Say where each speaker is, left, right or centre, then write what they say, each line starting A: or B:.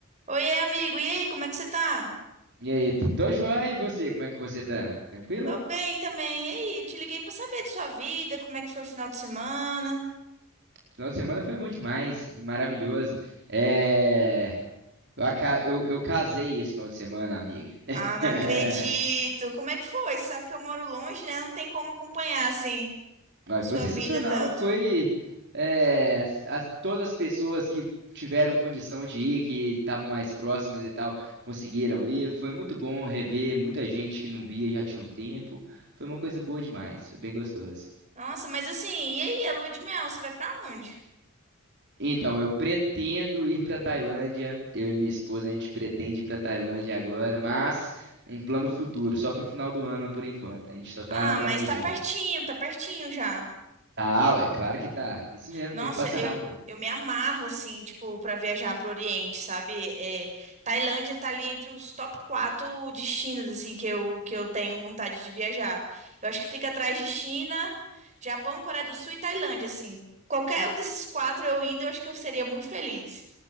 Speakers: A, on the right; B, on the right.
A: Oiê, amigo. E aí, como é que você tá?
B: E aí, tu- tô joia, e você? Como é que você tá? Tranquila?
A: Tô bem também. E aí, eu te liguei pra saber de sua vida, como é que foi o final de semana?
B: Final de semana foi bom demais, foi maravilhoso. É... Eu, aca- eu, eu casei esse final de semana, amiga. <laughs>
A: Ah, não acredito. Como é que foi? Você sabe que eu moro longe, né? Não tem como acompanhar, assim,
B: Mas
A: sua
B: Foi sensacional,
A: vida tanto.
B: foi... é, as- as- todas as pessoas que tiveram condição de ir, que estavam mais próximas e tal, conseguiram ir. Foi muito bom rever muita gente que não via já tinha um tempo. Foi uma coisa boa demais, foi bem gostoso.
A: Nossa, mas assim, e aí, a lua de mel, você vai pra onde?
B: Então, eu pretendo ir para Tailândia. Eu e minha esposa, a gente pretende ir para Tailândia agora, mas um plano futuro, só para o final do ano por enquanto. A gente só tá
A: Ah,
B: planejando.
A: mas tá pertinho, tá pertinho já.
B: Tá, ué, claro que tá. Isso mesmo,
A: Nossa,
B: o tempo passa
A: eu,
B: rápido.
A: eu me amarro, assim, tipo, pra viajar pro Oriente, sabe? É, Tailândia tá ali entre os top quatro destinos, assim, que eu, que eu tenho vontade de viajar. Eu acho que fica atrás de China, Japão, Coreia do Sul e Tailândia, assim. Qualquer um desses quatro eu indo, eu acho que eu seria muito feliz.